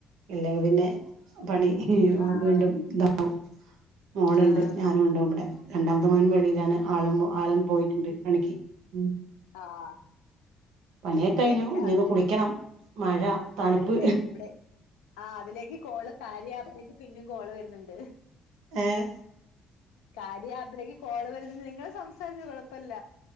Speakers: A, on the right; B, on the left.
A: ഇല്ലെങ്കി പിന്നെ പണി ഓൻ
B: ആഹ്
A: വീണ്ടും ഇതാവും മോള്ണ്ട്
B: ആഹ്
A: ഞാനുണ്ടാവും ഇവടെ രണ്ടാമത്തെ മോൻ വെളിയിലാണ് ആള് ആള് പോയിട്ടുണ്ട് പണിക്ക് ഉം
B: ആഹ്
A: പണിയൊക്കെ
B: ഇവിടെ
A: കഴിഞ്ഞു
B: എന്റെ
A: ഇനി
B: ഹസ്ബൻഡും
A: ഒന്ന് കുളിക്കണം മഴ തണുപ്പ്
B: ആഹ് എവിടെ ഇവിടെ ആഹ് അതിലേക്ക് കോള്! !!!!!!!!! പിന്നും കോള് വര്ന്ന്ണ്ട്.
A: ഏഹ്
B: !!!!!!!!!! കോള് വര്ന്ന് നിങ്ങള് സംസാരിച്ചോ കൊഴപ്പല്ല.